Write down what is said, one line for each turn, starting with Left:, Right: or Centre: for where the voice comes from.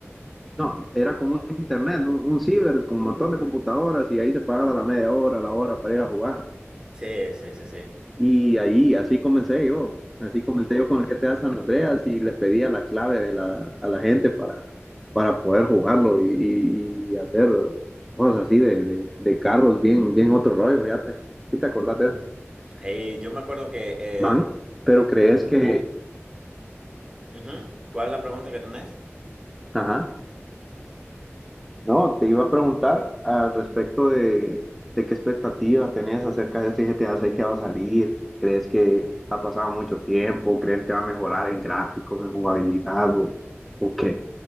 Centre: no, era como un internet, un, un ciber con un montón de computadoras y ahí se pagaba la media hora, la hora para ir a jugar.
Right: Sí, sí, sí, sí.
Centre: Y ahí, así comencé yo, así comencé yo con el GTA San Andreas y les pedía la clave de la, a la gente para, para poder jugarlo y, y- y hacer cosas así de, de, de carros, bien, bien otro rollo, fíjate. ¿Y te acordás de eso?
Right: Hey, yo me acuerdo que. eh,
Centre: Man, pero crees que...
Right: ujú, ¿Cuál es la pregunta que tenés?
Centre: Ajá. No, te iba a preguntar al respecto de, de qué expectativas tenías acerca de este GTA 6 que va a salir. ¿Crees que ha pasado mucho tiempo? ¿Crees que va a mejorar en gráficos, en jugabilidad o, o qué?